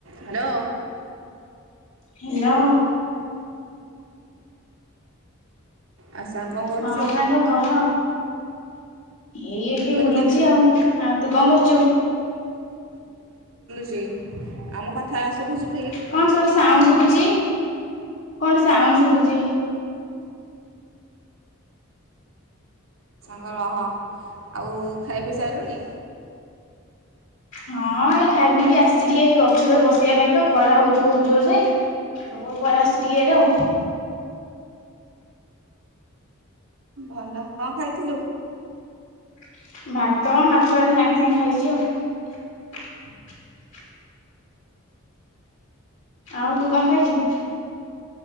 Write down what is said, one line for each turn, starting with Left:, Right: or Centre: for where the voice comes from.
Right: Hello.
Left: Hello. ଆ
Right: ଆଉ ସାଙ୍ଗ କଣ କରୁଛୁ
Left: ହଁ ସାଙ୍ଗ କହ। ଏଇ ଟିକେ
Right: କହିଲି
Left: ବୁଲୁଚି
Right: କଣ
Left: ଆଉ। ଆଉ ତୁ କଣ କର ଚୁ
Right: ଚି। ଆଉ ମୋ କଥା ଶୁଭୁଚି
Left: କଣ ସେଠୁ ସାଉଣ୍ଡ ଶୁଭୁଚି? କଣ୍ଟେ ସାଉଣ୍ଡ ଶୁଭୁଚି?
Right: ହ ରହ ଆଉ ଖାଇପିଇ ସାଇଲୁଣି?
Left: ହଁ ଏ ଖାଇ ପିଇକି ଆସିଚି ଟିକେ ଏଇ ଗଛ ତଳେ ବସିବା ପାଇଁ ତ ଖରା ହୋଉଚି ବୋହୁତ ଜୋରସେ। ତ ମୁଁ ପଳେଇ ଆସିଚି ଟିକେ ଇଆଡ଼େ ଆଉ।
Right: ଭଲ। କଁ ଖାଇଥିଲୁ?
Left: ଭାତ ମାଛ ଏଇନା ସାଙ୍ଗେ ସାଙ୍ଗେ ଖାଇଚି ଆଉ। ଆଉ ତୁ କଣ ଖାଇଚୁ?